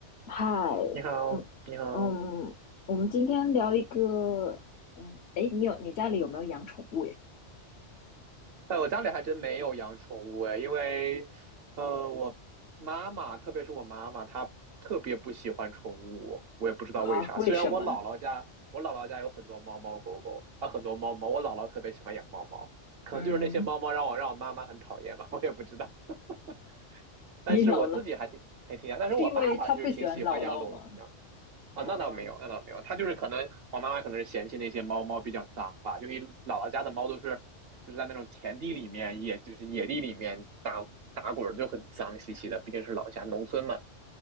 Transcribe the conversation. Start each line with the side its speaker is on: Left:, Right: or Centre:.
Left: 嗨，
Right: 你好，
Left: 嗯嗯，
Right: 你好，
Left: 我们今天聊一个，嗯，诶，你有你家里有没有养宠物呀？
Right: 哎，我家里还真没有养宠物哎，因为，呃，我妈妈，特别是我妈妈，她特别不喜欢宠物，我也不知道为啥。
Left: 啊，为什么？
Right: 虽然我姥姥家，我姥姥家有很多猫猫狗狗，啊，很多猫猫，我姥姥特别喜欢养猫猫，可能就是那些猫猫让我让我妈妈很讨厌吧，
Left: 嗯，
Right: <laughs> 我也不知道。<laughs> 但是我自己还挺还挺养，
Left: 你姥姥
Right: 但是我爸爸就是挺喜欢养龙，
Left: 是因为他不喜欢姥姥吗？
Right: 养。啊，
Left: 哦，
Right: 那倒没有，那倒没有，它就是可能我妈妈可能是嫌弃那些猫猫比较脏吧，就因为姥姥家的猫都是就是在那种田地里面，也就是野地里面打打滚儿，就很脏兮兮的，毕竟是老家农村嘛。